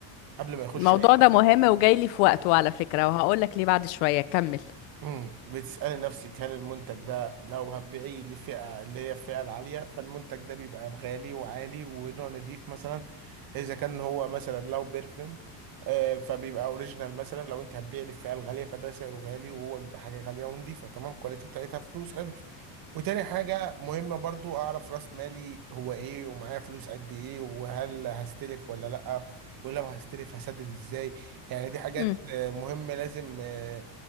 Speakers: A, on the right; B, on the left.
A: قبل ما يخش
B: الموضوع ده مهم وجاي لي في وقته على فكرة وهقول لك ليه بعد شوية كمل
A: امم بتسألي نفسك هل المنتج ده لو هتبيعيه لفئة اللي هي الفئة العالية فالمنتج ده بيبقى غالي وعالي ونوع نضيف مثلا إذا كان هو مثلا لو بيرفيوم آه، فبيبقى اوريجينال مثلا لو انت هتبيع للفئة الغالية فده سعره غالي وهو بيبقى حاجة غالية ونضيفة تمام كواليتي بتاعتها فلوس حلو وتاني حاجة مهمة برضو أعرف راس مالي هو إيه ومعايا فلوس قد إيه وهل هستلف ولا لأ ولو هستلف هسدد إزاي يعني دي حاجات
B: امم
A: آه، مهمة لازم آه،